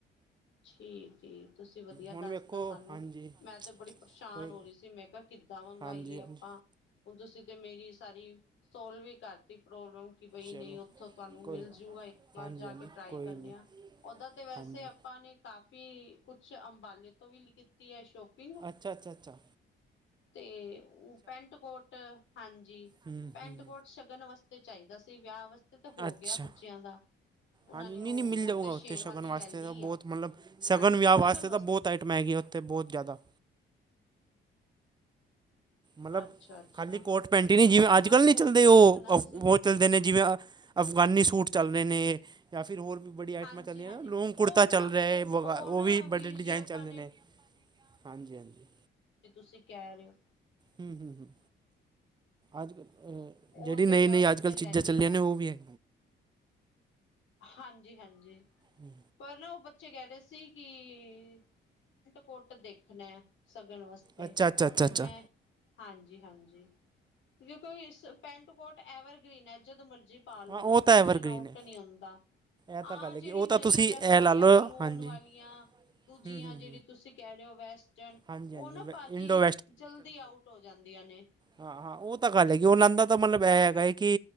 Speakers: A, on the left; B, on the right.
A: ਠੀਕ ਏ ਤੁਸੀਂ ਵਧੀਆ
B: ਹੁਣ
A: ਦੱਸਤਾ
B: ਵੇਖੋ
A: ਸਾਨੂੰ।
B: ਹਾਂਜੀ
A: ਮੈਂ ਤੇ ਬੜੀ ਪਰੇਸ਼ਾਨ
B: ਕੋਈ
A: ਹੋ ਰੀ ਸੀ। ਮੈਂ ਕੇਆ ਕਿ ਮੰਗਾਈਏ
B: ਹਾਂਜੀ
A: ਆਪਾਂ
B: ਹਾਂਜੀ
A: ਹੁਣ ਤੁਸੀਂ ਤੇ ਮੇਰੀ ਸਾਰੀ ਸੋਲ ਵੀ ਕਰਤੀ। ਰਊ-ਰਊ ਕਿ ਬਈ
B: ਚਲੋ
A: ਨਈ ਓਥੋਂ ਤੁਆਨੂੰ
B: ਕੋਈ
A: ਮਿਲ ਜੂਗਾ ਇੱਕ ਵਾਰ
B: ਹਾਂਜੀ
A: ਜਾ
B: ਹਾਂਜੀ
A: ਕੇ ਟਰਾਈ
B: ਕੋਈ
A: ਕਰਨੇ
B: ਨਹੀਂ
A: ਆ। ਓਦਾ ਤੇ ਵੈਸੇ
B: ਹਾਂਜੀ
A: ਆਪਾਂ ਨੇ ਕਾਫੀ ਕੁਛ ਅੰਬਾਲੇ ਤੋਂ ਵੀ ਕੀਤੀ ਐ ਸ਼ੋਪਿੰਗ
B: ਅਛਾ-ਅਛਾ-ਅਛਾ।
A: ਤੇ ਓ ਪੈਂਟ-ਕੋਟ ਹਾਂਜੀ,
B: ਹੂੰ
A: ਪੈਂਟ-ਕੋਟ
B: ਹੂੰ
A: ਸ਼ਗਨ ਵਾਸ ਤੇ ਚਾਇਦਾ ਸੀ। ਵਿਆਹ ਵਾਸਤੇ ਤੇ ਹੋ
B: ਅੱਛਾ
A: ਗਿਆ ਬੱਚਿਆਂ ਦਾ। ਉਹਨਾਂ
B: ਹਾਂਜੀ,
A: ਨੇ
B: ਨੀ-ਨੀ
A: ਉਹ
B: ਮਿਲ
A: ਉਹ
B: ਜਾਊਗਾ
A: ਤੇ
B: ਓਥੇ
A: ਸ਼ੇਰਵਾਨੀ
B: ਸ਼ਗਨ ਵਾਸਤੇ
A: ਲੈ ਲਈ
B: ਤਾਂ ਬੋਤ
A: ਹੈ
B: ਮਤਲਬ ਸ਼ਗਨ
A: ਹਾਂਜੀ
B: ਵਿਆਹ
A: ਸਗਨ
B: ਵਾਸਤੇ ਤਾਂ ਬੋਤ ਆਇ- ਟਮਾ ਹੈਗੀਆ ਓਥੇ ਬੋਤ ਜਾਦਾ। ਮਤਲਬ
A: ਅੱਛਾ ਅੱਛਾ
B: ਖਾਲੀ ਕੋਟ-ਪੈਂਟ ਈ ਨੀ ਜਿਵੇਂ
A: ਹਾਂ
B: ਅੱਜ-ਕੱਲ
A: ਬਸ
B: ਨੀ ਚੱਲਦੇ
A: ਉਹੀ
B: ਓ
A: ਦੇਖਣਾ
B: ਕੋਫਕੋਨ
A: ਸੀ
B: ਚਲਦੇ ਨੇ, ਜਿਵੇਂ ਅਫਗਾਨੀ ਸੂਟ ਚੱਲ ਰੇ ਨੇ ਯਾਂ ਫਿਰ ਹੋਰ ਵੀ ਬੜੀਆਂ
A: ਹਾਂਜੀ
B: ਆਈਟਮਾਂ ਚੱਲਦੀਆਂ
A: ਹਾਂਜੀ
B: ਨੇ ਲੋਂਗ ਕੁੜਤਾ
A: ਉਹ ਨਾ
B: ਚੱਲ ਰੇਆ
A: ਉਹ
B: ਏ
A: ਉਹ
B: ਓ
A: ਨਾ
B: ਵੀ
A: ਵੀਰ
B: ਬੜੇ ਡਿਜ਼ਾਇਨ
A: ਜੀ ਆਪਾਂ
B: ਚੱਲਦੇ ਨੇ। ਹਾਂਜੀ-ਹਾਂਜੀ।
A: ਤੇ ਤੁਸੀਂ ਕੈ ਰੇ ਓ
B: ਹੂੰ-ਹੂੰ-ਹੂੰ ਅੱਜ ਅ
A: ਉਹ
B: ਜੇੜੀ
A: ਤੇ
B: ਨਈਂ-ਨਈ,
A: ਵਿਆਹ ਵਾਸਤੇ
B: ਅੱਜ-ਕੱਲ ਚੀਜ਼ਾਂ
A: ਲੈ ਲਈ
B: ਚੱਲੀਆਂ
A: ਹੈ
B: ਨੇ ਓ ਵੀ ਐ
A: ਹਾਂਜੀ-ਹਾਂਜੀ।
B: ਹੂੰ।
A: ਪਰ ਨਾ ਓ ਬੱਚੇ ਕੈ ਰੇ ਸੀ ਕਿ ਪੈਂਟ-ਕੋਟ ਦੇਖਣਾ ਸ਼ਗਨ ਵਾਸ-
B: ਅੱਛਾ ਅੱਛਾ ਅੱਛਾ
A: ਤੇ
B: ਅੱਛਾ
A: ਮੈਂ ਹਾਂਜੀ-ਹਾਂਜੀ ਲਿਕਿਉ ਇਸ ਪੈਂਟ-ਕੋਟ ਐਵਰਗ੍ਰੀਨ ਐ, ਜਦੋਂ ਮਰਜ਼ੀ ਪਾਲੋ
B: ਹਾਂ ਉਹ ਤਾਂ
A: ਫੈਸ਼ਨ
B: ਐਵਰਗ੍ਰੀਨ
A: ਆਊਟ
B: ਹੈ
A: ਈ ਨੀ ਹੁੰਦਾ।
B: ਇਹ
A: ਆਹ
B: ਤਾਂ ਗੱਲ ਹੈਗੀ
A: ਜੇੜੀ
B: ਉਹ
A: ਨਈ
B: ਤਾਂ ਤੁਸੀਂ
A: ਡਰੈੱਸਾਂ
B: ਇਹ
A: ਆਈਆਂ
B: ਲਾ ਲਓ
A: ਬਲੂਨ
B: ਹਾਂਜੀ
A: ਵਾਲੀਆਂ ਦੂਜੀਆਂ
B: ਹੂੰ ਹੂੰ
A: ਜੇੜੀ ਤੁਸੀਂ ਕੈ ਰੇ ਓ ਵੈਸਟਰਨ
B: ਹਾਂਜੀ ਹਾਂਜੀ
A: ਓ ਨਾ
B: ਵੈ
A: ਪਾਜੀ
B: ਇੰਡੋ
A: ਜਲਦੀ ਆਊਟ ਹੋ ਜਾਂਦੀਆਂ ਨੇ ਤੇ
B: ਹਾਂ-ਹਾਂ, ਓ ਤਾਂ ਗੱਲ ਹੈਗੀ ਓਨਣਾ ਐਦਾ ਤਾਂ ਮਤਲਬ ਐ ਹੈਗਾ ਐ ਕਿ